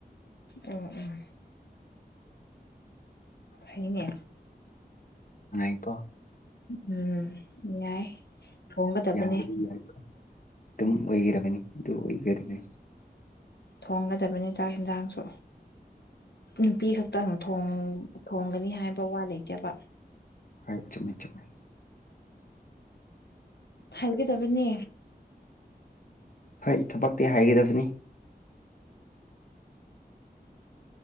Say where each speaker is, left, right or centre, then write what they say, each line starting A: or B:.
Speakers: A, on the left; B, on the left.
A: ꯑꯣ ꯑꯣ ꯍꯥꯏꯅꯦ
B: ꯅꯨꯡꯉꯥꯏꯀꯣ
A: ꯎꯝ ꯌꯥꯏ ꯊꯣꯡꯒꯗꯕꯅꯦ
B: ꯌꯥꯝ ꯑꯣꯏꯩꯔꯃꯅꯤ ꯑꯗꯨ ꯑꯣꯏꯔꯅꯤ
A: ꯊꯣꯡꯒꯗꯕꯅꯤ ꯆꯥꯛ ꯌꯦꯟꯁꯥꯡꯁꯨ ꯅꯨꯄꯤ ꯈꯛꯇꯪ ꯊꯣꯡꯒꯅꯤ ꯍꯥꯏꯕ ꯋꯥ ꯂꯩꯇꯦꯕ
B: ꯑꯩ ꯆ ꯃꯥꯏ ꯆꯃꯦ
A: ꯍꯥꯏꯒꯗꯕꯅꯦ
B: ꯍꯣꯏ ꯊꯕꯛꯇꯤ ꯍꯥꯏꯒꯗꯕꯅꯤ